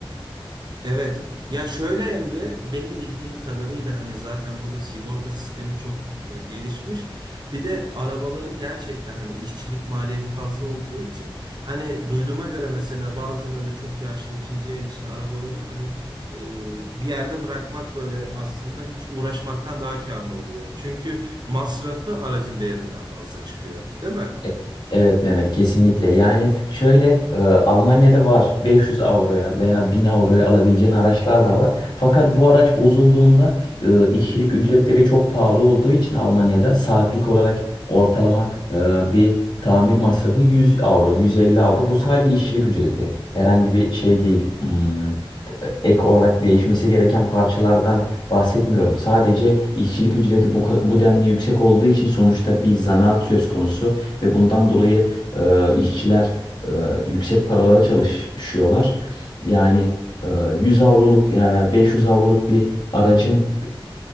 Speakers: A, on the right (about 50°); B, on the left (about 50°).
A: Evet. Ya şöyle Emre, benim bildiğim kadarıyla hani zaten burada sigorta sistemi çok e, gelişmiş. Bir de arabaların gerçekten hani işçilik maliyeti fazla olduğu için hani duyduğuma göre mesela bazı böyle çok yaşlı ikinci el işte arabaları hani e, bir yerde bırakmak böyle aslında hiç uğraşmaktan daha karlı oluyor. Çünkü masrafı aracın değerinden fazla çıkıyor, değil mi?
B: E- Evet Mehmet kesinlikle. Yani şöyle e, Almanya'da var 500 avroya veya 1000 avroya alabileceğin araçlar da var. Fakat bu araç bozulduğunda e, işçilik ücretleri çok pahalı olduğu için Almanya'da saatlik olarak ortalama e, bir tamir masrafı 100 avro, 150 avro. Bu sadece işçilik ücreti. Herhangi bir şey değil. Hmm, e, ek olarak değişmesi gereken parçalardan bahsetmiyorum. Sadece işçilik ücreti bu, ka- bu denli yüksek olduğu için sonuçta bir zanaat söz konusu ve bundan dolayı e, işçiler e, yüksek paralara çalışıyorlar. Yani e, 100 avroluk yani 500 avroluk bir aracın